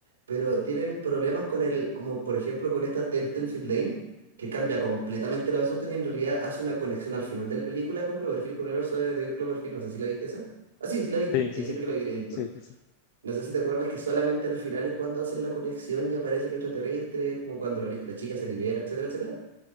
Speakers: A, on the right; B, on the left.
A: pero tienen problemas con el, como por ejemplo con esta Ten- Tenfield Lane, que cambia completamente los asuntos y en realidad hace una conexión al final de la película con Cloverfield, con el universo de, de Cloverfield, no sé si la viste esa. Ah, sí, sí la viste,
B: Sí, sí,
A: me dijiste
B: sí.
A: que la habías visto.
B: Sí, sí, sí.
A: No sé si te acuerdas que solamente al final es cuando hacen la conexión y aparece el extraterrestre, como cuando la, la chica se libera, etcétera, etcétera.